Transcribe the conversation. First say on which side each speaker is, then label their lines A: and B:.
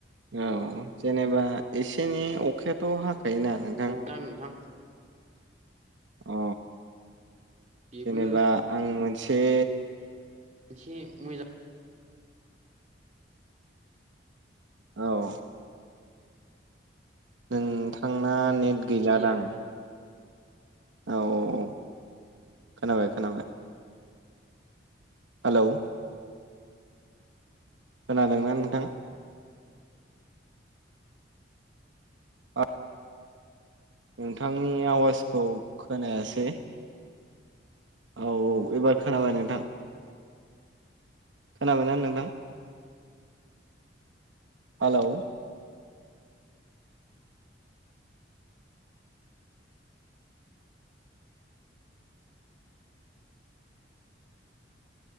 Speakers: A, on the right; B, on the right.
A: होमबाबो
B: औ ओ जेनेबा एसे एनै अखायाथ' हाखायोना नोंथां
A: दा नोंथां
B: अ
A: बेबो
B: जेनेबा आं मोनसे
A: एसे मोजां
B: औ ओ नोंथांना नेट गैलादां
A: खेथिया
B: औ औ औ खोनाबाय खोनाबाय। हेलौ खोनादोंना नोंथां? अ नोंथांनि आवाजखौ खोनायासै औ औ एबार खोनाबाय नोंथां। खोनाबायना नोंथां? हालौ